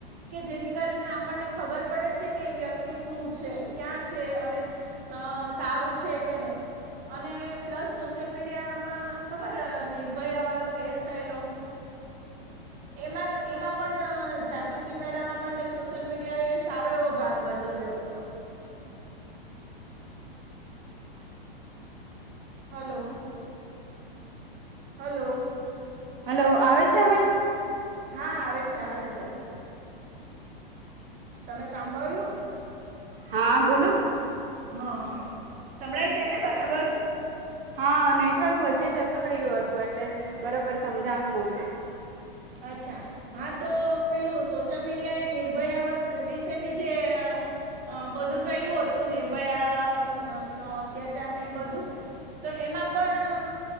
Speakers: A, on the right (about 30°); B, on the right (about 65°).
A: કે જેથી કરીને આપણને ખબર પડે છે કે વ્યક્તિ શું છે ક્યાં છે અને સારું છે કે નહી અને પ્લસ સોશિયલ મીડિયામાં ખબર નિર્ભયાવાલો કેસ થયેલો એમાં એમાં પણ જાગૃતિ મેળવવા માટે સોશિયલ મીડિયાએ એ સારો એવો ભાગ ભજવ્યો હતો હલો હલો
B: હલો આવે છે અવાજ
A: હા આવે છે આવે છે તમે સાંભળ્યું
B: હા બોલો
A: હા હા સંભળાય છે ને બરાબર
B: હા નેટવર્ક વચ્ચે જતું રહ્યું હતું એટલે બરોબર સમજાણું ન હોતું
A: અચ્છા હા તો પેલું સોશિયલ મીડિયા એ નિર્ભયા વિશે ભી જે અ બધું થયેલું હતું નિર્ભયા નો અત્યાચારને એ બધું તો એમાં પણ